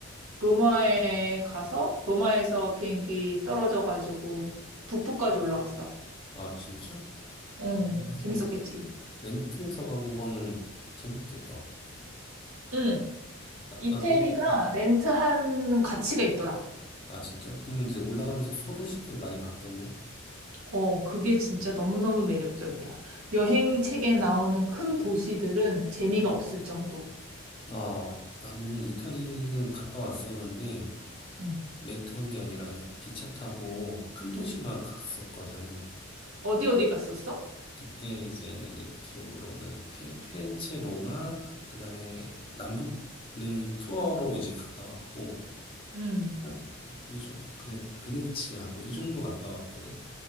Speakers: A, on the right; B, on the left.
A: 로마에 가서 로마에서 비행기 떨어져가지고 북부까지 올라갔어.
B: 아, 진짜?
A: 어,
B: 어,
A: 재밌었겠지.
B: 어, 렌트해서 간 거는 재밌겠다.
A: 음.
B: 나,
A: 이태리가
B: 나도,
A: 렌트하는 가치가 있더라.
B: 아, 진짜? 그러면 이제 올라가면서 소도시들 많이 봤겠네?
A: 어, 그게 진짜 너무너무 매력적이야. 여행 책에 나오는 큰 도시들은 재미가 없을 정도.
B: 아, 나는 이탈리는 갔다 왔었는데,
A: 음.
B: 렌트한 게 아니라 그냥 기차 타고 큰 도시만 갔었거든.
A: 어디 어디 갔었어?
B: 그때 이제 내 기억으로는 피, 피렌체, 로마, 그, 그다음에 남부는 투어로 이제 갔다 왔고
A: 응.
B: 딱이 정, 그다음에 베네치아 뭐 이 정도 갔다 왔거든.